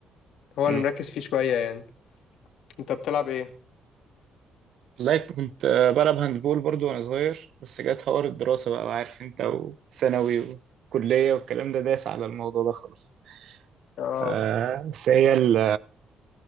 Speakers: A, on the left; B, on the right.
A: هو
B: مم.
A: اللي مركز فيه شويه يعني انت بتلعب ايه
B: لايك كنت آه، بلعب هاندبول برضو وأنا صغير بس جت حوار الدراسة بقى وعارف أنت وثانوي وكلية والكلام ده داس على الموضوع ده خالص
A: اه
B: آه بس هي ال-